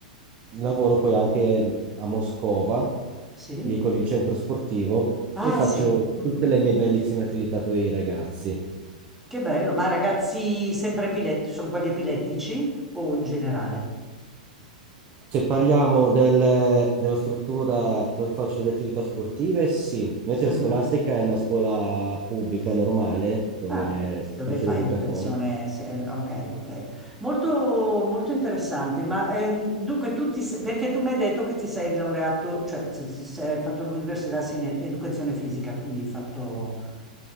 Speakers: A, on the right; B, in the centre.
A: lavoro poi anche a Moscova,
B: sì?
A: lì con il centro sportivo,
B: Ah,
A: e faccio
B: sì. Mhm.
A: tutte le mie bellissime attività con i ragazzi.
B: Che bello. Ma ragazzi sempre epilettici, sono quelli epilettici o in generale?
A: Se parliamo del- della struttura dove faccio le attività sportive, sì. Invece
B: Mhm.
A: scolastica è una scuola pubblica normale, dove
B: Ah, dove
A: faccio
B: fai
A: l'educatore.
B: educazione? se- Ok, ok. Molto, molto interessante. Ma ehm, dunque, tu ti, se- perché tu mi hai detto che ti sei laureato, cioè s- s- se hai fatto l'università sì, in ed- educazione fisica, quindi hai fatto